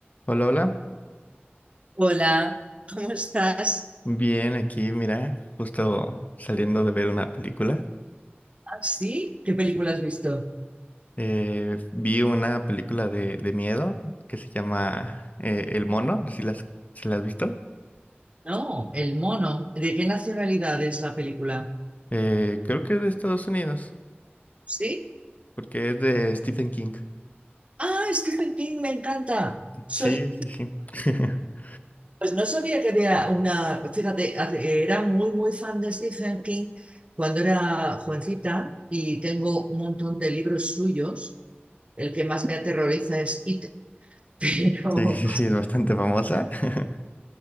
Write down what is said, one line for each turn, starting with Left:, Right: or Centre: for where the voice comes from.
Left: Hola, hola.
Right: Hola, ¿cómo estás?
Left: Bien, aquí, mira, justo saliendo de ver una película.
Right: ¿Ah, sí? ¿Qué película has visto?
Left: Eh, vi una película de, de miedo que se llama eh, El Mono, si las, si la has visto.
Right: No, El Mono. ¿De qué nacionalidad es la película?
Left: Eh, creo que es de Estados Unidos,
Right: ¿Sí?
Left: porque es de Stephen King.
Right: Ah, Stephen King, me encanta. Soy,
Left: Sí, sí, sí. <laughs>
Right: pues no sabía que había una, fíjate, hace- era muy, muy fan de Stephen King cuando era jovencita y tengo un montón de libros suyos. El que más me aterroriza es It, <laughs> pero
Left: Sí, sí, sí, es bastante famosa. <laughs>